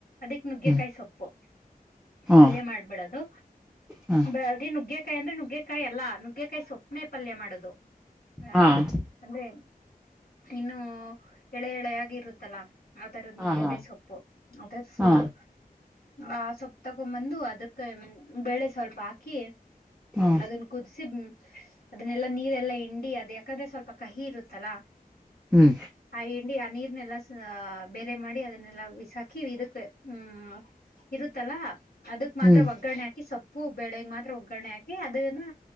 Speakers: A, on the left; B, in the centre.
A: ಅದಕ್ ನುಗ್ಗೆಕಾಯಿ
B: ಹ್ಮ್
A: ಸೊಪ್ಪು
B: ಹಾ
A: ಪಲ್ಯ ಮಾಡ್ಬಿಡದು.
B: ಹಾ
A: ಬರಿ ನುಗ್ಗೆಕಾಯಿ ಅಂದ್ರೆ ನುಗ್ಗೆಕಾಯಿ ಅಲ್ಲಾ ನುಗ್ಗೆಕಾಯಿ ಸೊಪ್ನೆ ಪಲ್ಯ ಮಾಡೋದು ಆಹ.
B: ಹಾ
A: ಅಂದ್ರೆ ಇನ್ನು ಎಳೆ ಎಳೆಯಾಗಿ ಇರುತ್ತಲ್ಲಾ. ಆತರದ ನುಗ್ಗೆಕಾಯಿ
B: ಹಾ ಹಾ
A: ಸೊಪ್ಪು ಅದದ್ ಫುಲ್ಲು.
B: ಹಾ
A: ಆ ಸೊಪ್ಪ್ ತಗೊಬಂದು ಅದಕ್ಕೆ ಬೇಳೆ ಸ್ವಲ್ಪ ಹಾಕಿ.
B: ಹಾ
A: ಅದನ್ ಕುದಸಿ ಅದನ್ನೆಲ್ಲಾ ನೀರೆಲ್ಲಾ ಹಿಂಡಿ ಅದ ಯಾಕಂದ್ರೆ ಸ್ವಲ್ಪ ಕಹಿ ಇರುತ್ತಲ್ಲಾ.
B: ಹ್ಮ್
A: ಆ ಹಿಂಡಿ ಆ ನೀರ್ನೆಲ್ಲಾ ಸ ಬೇರೆ ಮಾಡಿ ಅದನ್ನೆಲ್ಲ ಬಿಸಾಕಿ ಇದಕ್ಕೆ ಹ್ಮ್. ಇರುತ್ತಲ್ಲಾ ಅದಕ್ ಮಾತ್ರ
B: ಹ್ಮ್
A: ಒಗ್ಗರಣೆ ಹಾಕಿ ಸೊಪ್ಪ್ ಪೂ ಬೆಳಗ್ ಮಾತ್ರ ಒಗ್ಗರಣೆ ಹಾಕಿ ಅದನ್ನು